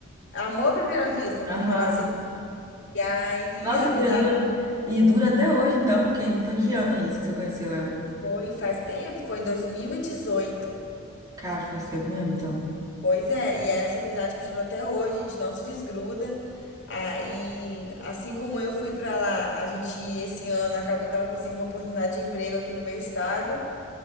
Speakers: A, on the left; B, on the right.
A: amor à primeira vista, vamos
B: Aham.
A: falar assim. E aí
B: Nossa,
A: a amizade
B: e perdura e dura até hoje, então, porque foi que ano é isso que você conheceu ela?
A: foi faz tempo, foi em 2018.
B: Cara, faz tempo mesmo, então.
A: Pois é, e essa amizade continua até hoje, a gente não se desgruda. Aí, assim como eu fui pra lá, a gente esse ano acabou que ela conseguiu uma oportunidade de emprego aqui no meu estado.